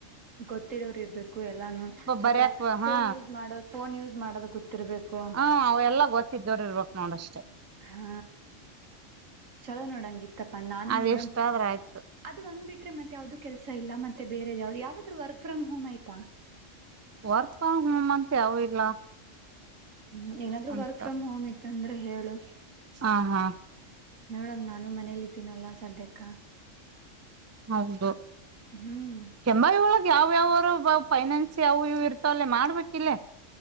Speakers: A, on the right; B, on the right.
A: ಗೊತ್ತಿರೋರು ಇರ್ಬೇಕು ಎಲ್ಲಾನು ಸ್ವಲ್ಪ
B: ಬರ್ಯಕ್ ಹಾ
A: ಫೋನ್ ಯೂಸ್ ಮಾಡೋ. ಫೋನ್ ಯೂಸ್ ಮಾಡೋದು ಗೊತ್ತಿರ್ಬೇಕು.
B: ಹ್ಮ ಅವೆಲ್ಲ ಗೊತ್ತಿದ್ದವರು ಇರ್ಬೇಕಕ್ ನೋಡಷ್ಟೇ.
A: ಹಾ ಚಲೋ ನೋಡೊ ಹಾಗೆ ಇತ್ತಪ್ಪ ಅಂದ್ರೆ ನಾನು
B: ಅದ
A: ನೋಡ.
B: ಇಷ್ಟ ಆದ್ರ ಆಯ್ತು
A: ಅದು ಒಂದು ಬಿಟ್ರೆ ಯಾವ್ದದು ಕೆಲಸ ಇಲ್ಲ ಮತ್ತೆ ಬೇರೆ ಯಾವ್ದ ಯಾವ್ದ್ ವರ್ಕ್ ಫ್ರಮ್ ಹೋಂ ಆಯ್ತಾ.
B: ವರ್ಕ್ ಫ್ರಮ್ ಹೋಮ್ ಅಂತ ಯಾವು ಇಲ್ಲ.
A: ಹ್ಮ್ ಏನಾದ್ರು
B: ಅಂತ
A: ವರ್ಕ್ ಫ್ರಮ್ ಹೋಮ್ ಇತ್ತು ಅಂದ್ರೆ ಹೇಳು..
B: ಹಾ ಹಾ.
A: ನೋಡಮ್ ನಾನು ಮನೇಲಿ ಇದ್ದೀನಲ್ಲಾ ಸದ್ಯಕ್ಕ.
B: ಹೌದು.
A: ಹ್ಮ್
B: ಕೆಂಬಾವಿ ಒಳಗ ಯಾವ ಯಾವರು ಪೈನಾನ್ಸ್ ಅವು ಇವ್ ಇರ್ತಾವಲ್ಲ ಮಾಡಬೇಕಿಲ್ಲೇ.